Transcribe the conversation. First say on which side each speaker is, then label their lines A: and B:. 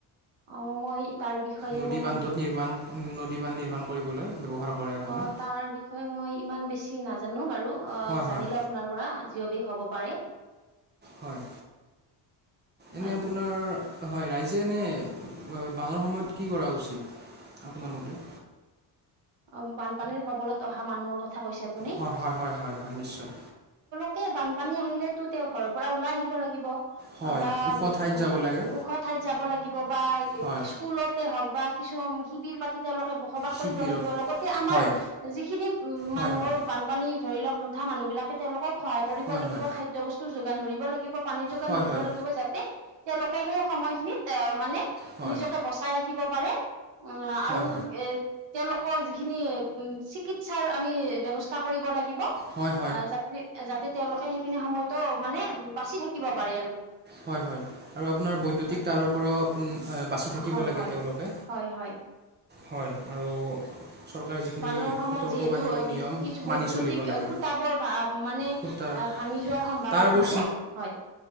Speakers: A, on the right (about 85°); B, on the right (about 25°).
A: অ মই তাৰ বিষয়ে
B: নদী
A: ইমান
B: বান্ধত নিৰ্মাণ নদী বান্ধ নিৰ্মাণ কৰিবলৈ ব্যৱহাৰ কৰে আপোনাৰ
A: অ তাৰ বিষয়ে মই ইমান বেছি নাজানো বাৰু অ
B: হয়
A: জানিলো
B: হয়
A: আপোনাৰ পৰা জিঅ বেগ হব পাৰে
B: হয়
A: হয়
B: এনে আপোনাৰ হয় ৰাইজে এনে বানৰ সময়ত কি কৰা উচিত। আপোনাৰ মতে
A: অ বানপানীৰ কবলত অহা মানুহৰ কথা কৈছে আপুনি
B: হয় হয় হয় হয় হয় নিশ্চয়।
A: তাকে বানপানী আহিলে তো তেওঁৰ ঘৰৰ পৰা ওলাই আহিব লাগিব।
B: হয়
A: বা
B: ওখ ঠাইত
A: উ
B: যাব লাগে
A: ওখ ঠাইত যাব লাগিব বা
B: হয়
A: স্কুলতে হওক বা কিছু শিবিৰ পাতি তেওঁলোকে বসবাস
B: শিবিৰত
A: কৰিব লাগে। দিব লগতে আমাৰ
B: হয়
A: যিখিনি উ মানুহৰ
B: হয় হয়
A: বানপানী ধৰি লওক নুঠা মানুহ বিলাকে তেওঁলোকক সহায় কৰিব
B: হয়
A: লাগিব
B: হয়
A: খাদ্যয় বস্তুৰ যোগান ধৰিব লাগিব পানীৰ যোগান
B: হয়
A: ধৰিব
B: হয় হয়
A: লাগিব যাতে তেওঁলোকে সেই সময়খিনিত আহ মানে
B: হয়
A: নিজকে বচাই ৰাখিব পাৰে। অ আৰু
B: হয় হয়
A: এ তেওঁলোকৰ যিখিনি চিকিৎসাৰ আমি ব্যৱস্থা কৰিব লাগে। লাগিব
B: হয়
A: যাতে যাতে তেওঁলোকে সেইখিনি সময়তো মানে বাচি থাকিব পাৰে আৰু
B: হয় আপোনাৰ বৈদ্যুতিক
A: হয়।
B: টাৰৰ পৰাও বাচি থাকিব
A: হয়
B: লাগে
A: হয়
B: তেওঁলোকে
A: হয় হয়
B: হয় আৰু চৰকাৰে যিখিনি
A: বানৰ সময়ত
B: সতৰ্কবাণী
A: যিহেতু
B: বা নিয়ম
A: কিছু
B: মানি
A: বৈদ্যুতিক
B: চলিব লাগে
A: খুটাবোৰ বা মানে অ
B: ফুটাৰ
A: ভাঙি যোৱাৰ সম্ভাৱনা
B: তাঁৰবোৰ
A: থাকে হয়